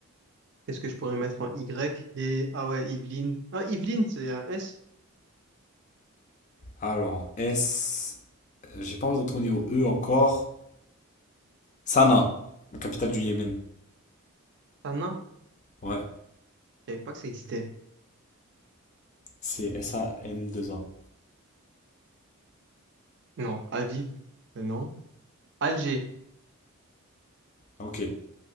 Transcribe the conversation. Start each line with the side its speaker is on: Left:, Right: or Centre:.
Right: Qu'est-ce que je pourrais mettre en Y? Les... Ah ouais, Yveline. Ah, Yveline, c'est un S.
Left: Alors, S. euh, J'ai pas envie de retourner au E encore. Sanaa, la capitale du Yémen.
Right: Un nain.
Left: Ouais.
Right: Je savais pas que ça existait.
Left: C'est S-A-N-2-A.
Right: Non, Aviv. euh, non. Alger.
Left: Ok.